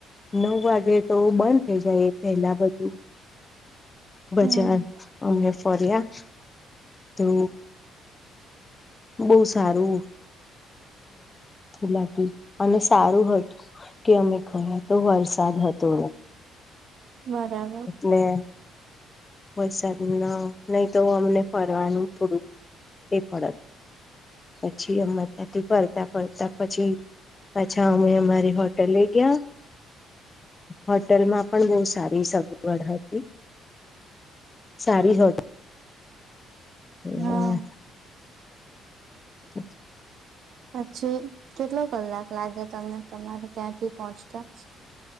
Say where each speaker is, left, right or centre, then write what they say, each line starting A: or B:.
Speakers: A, on the left; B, on the right.
A: નવ વાગે તો બંધ થઇ જાય પહેલા બધું. બજાર
B: હમ
A: અમમે ફર્યા તો. બહ સારું લાગ અને સારું હતું. કે અમે કયો તો વરસાદ હતો.
B: બરાબર.
A: એટલે વરસાદ ના નહી તો અમને ફરવાનું થોડુંક. એ પત પછી અથી ફરતા ફરતા પછી. અચ્છા અમે અમારી હોટલ લે ગયા. હોટેલમાં પણ બહુ સારી સગવડ હતી. સારી હોત હમ
B: હા
A: <inaudible>
B: પછી કેટલો કલાક લાગે તમને તમારે ત્યાંથી પહોંચતા.